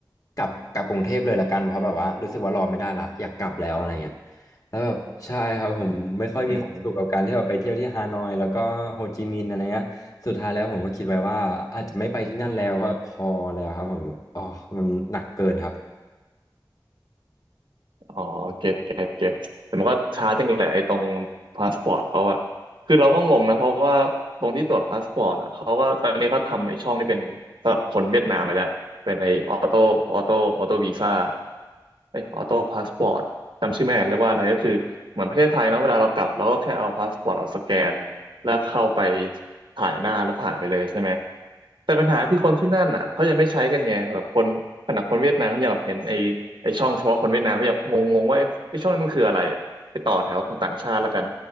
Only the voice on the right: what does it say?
อืม อ๋อเก็ตเก็ตเก็ตแต่มันก็ช้าจังแหละไอ้ตรงพาสปอร์ตเขาอะคือเราก็งงนะเพราะว่าตรงที่ตรวจพาสปอร์ตอะเขาก็ตอนนี้เขาทำไอ้ช่องนี่เป็นสำหรับคนเวียดนามไปแล้วเป็นไอ้ออโต้ออโต้ออโต้วีซ่าไอ้ออโต้พาสปอร์ตจำชื่อไม่ได้เรียกว่าอะไรก็คือเหมือนประเทศไทยเนาะเวลาเรากลับเราก็แค่เอาพาสปอร์ตเราสแกนแล้วเข้าไปถ่ายหน้าแล้วผ่านไปเลยใช่ไหม แต่ปัญหาคือคนที่นั่นอ่ะเขายังไม่ใช้กันไงแบบคนขนาดคนเวียดนามเขายังแบบเห็นไอ้ไอ้ช่องเฉพาะคนเวียดนามเขายังงงงว่าไอ้ไอ้ช่องนั้นมันคืออะไรอ่ะไปต่อแถวคนต่างชาติแล้วกัน